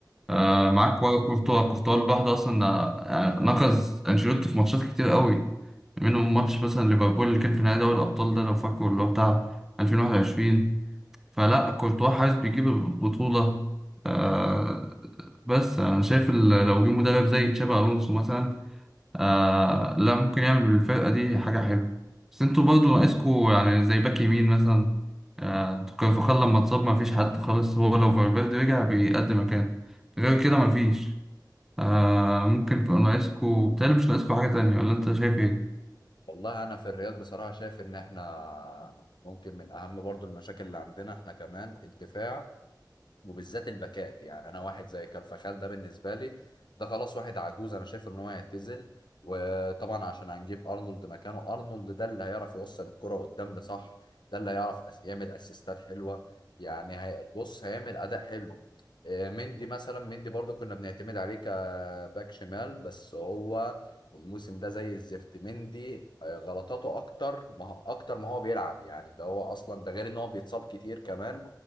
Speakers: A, in the centre; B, on the left.
A: آه
B: دي حقيقة
A: معاك كورتوا كورتوا لوحده اصلا آه، آه، نقز انشيلوتي في ماتشات كتير قوي منهم
B: ده
A: ماتش
B: حقيقي
A: مثلا ليفربول اللي كان في نهائي دوري الأبطال ده لو فاكره اللي هو بتاع 2021 فلا كورتوا حاسس بيجيب البطولة آه بس أنا شايف ال- لو جه مدرب زي تشابي ألونسو مثلا آه لا ممكن يعمل بالفرقة دي حاجة حلوة بس انتوا برضه ناقصكوا يعني زي باك يمين مثلا آه انتوا كارفاخال لما اتصاب ما فيش حد خالص هو لو فالفيردي رجع بيقدم مكان غير كده ما فيش آه ممكن تبقوا ناقصكوا بتهيألي مش ناقصكوا حاجة تانية ولا انت شايف ايه؟
B: والله انا في الريال بصراحة شايف ان احنا ممكن من اهم برضو المشاكل اللي عندنا احنا كمان الدفاع وبالذات الباكات يعني انا واحد زي كارفاخال ده بالنسبه لي ده خلاص واحد عجوز انا شايف ان هو هيعتزل وطبعا عشان هنجيب ارنولد مكانه ارنولد ده اللي هيعرف يوصل الكره قدام لصح ده اللي هيعرف أس- يعمل اسيستات حلوه يعني هي- بص هيعمل اداء حلو آه، مندي مثلا مندي برضو كنا بنعتمد عليه كباك شمال بس هو الموسم ده زي الزفت مندي آه، غلطاته اكتر ما هو- اكتر ما هو بيلعب يعني ده هو اصلا ده غير ان هو بيتصاب كتير كمان